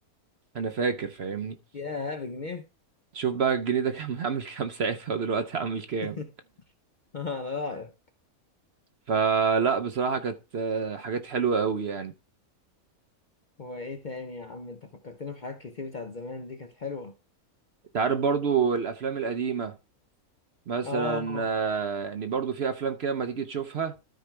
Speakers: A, on the right; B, on the left.
A: انا فاكر فاهمني
B: يا بجنيه
A: شوف بقى الجنيه ده كان <laughs> عامل كام ساعتها ودلوقتي عامل كام
B: <laughs> اه ده رايك
A: فلا بصراحة كانت آه، حاجات حلوة قوي يعني
B: وايه تاني يا عم انت فكرتني بحاجات كتير بتاعت زمان دي كانت حلوه
A: انت عارف برضو الافلام القديمة مثلا
B: اه
A: آه، يعني برضو في افلام كده لما تيجي تشوفها